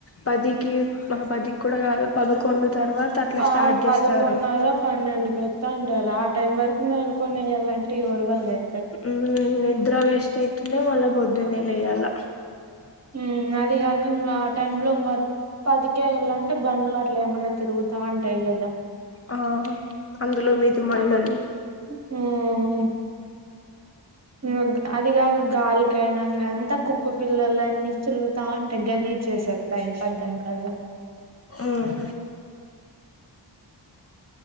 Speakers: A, on the left; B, on the right.
A: పదికి మహ పదికి కూడా గాదు పదకొండు తర్వాత అట్లా
B: పా
A: స్టార్ట్
B: పదికొండునర
A: చేస్తారు
B: పన్నెండుకు ఎత్తంది టారు ఆ టైం వరకు మేలుకొని వెయ్యాలంటే ఎవరు వల్లే
A: <unintelligible> నిద్ర వేస్ట్ అయితుంది మళ్ళా పోద్దునే లేయ్యాల
B: హ్మ్ అది గాక ఇంగా ఆ టైం లో ఇంగా పదికేళ్ళ అంటే బండ్లు అట్లు ఏమైన్నా తిరుగుతా ఉంటాయి గదా
A: ఆ అందులో వీధి మండలు
B: ఆ హ్మ్ అంక్ అదిగావు గాలికైనంగా అంతా కుక్క పిల్లలు అన్ని చూలుతా ఉంటాయి గలీజ్ చేసేతస్తాయి పద్దం కల్లా
A: మ్మ్